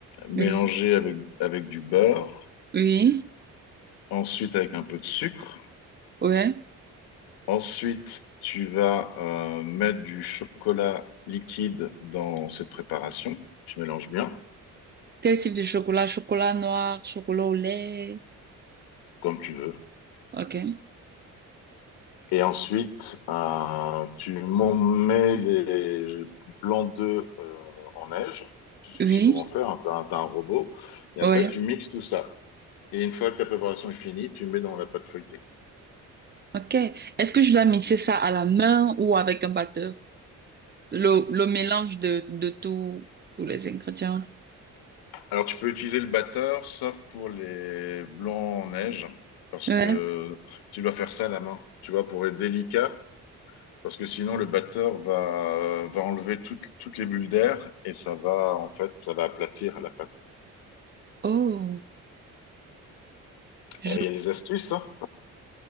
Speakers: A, on the left; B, on the right.
A: mélangés
B: oui,
A: avec, avec du beurre,
B: oui,
A: ensuite avec un peu de sucre.
B: ouais.
A: Ensuite, tu vas euh, mettre du chocolat liquide dans cette préparation. Tu mélanges bien,
B: Quel type de chocolat? Chocolat noir, chocolat au lait.
A: comme tu veux.
B: Ok.
A: Et ensuite, euh, tu m'en mets les blancs d'œufs euh, en neige. Tu sais
B: Oui,
A: comment faire, hein, t'as un, t'as un robot. Et après,
B: ouais.
A: tu mixes tout ça. Et une fois que ta préparation est finie, tu mets dans la pâte feuilletée.
B: Ok. Est-ce que je dois mixer ça à la main ou avec un batteur? Le, le mélange de, de tout, tous les ingrédients.
A: Alors, tu peux utiliser le batteur, sauf pour les blancs en neige, parce
B: Ouais.
A: que tu dois faire ça à la main, tu vois, pour être délicat, parce que sinon le batteur va, va enlever toutes toutes les bulles d'air et ça va, en fait, ça va aplatir la pâte.
B: Oh, je
A: Et il y a des astuces, hein.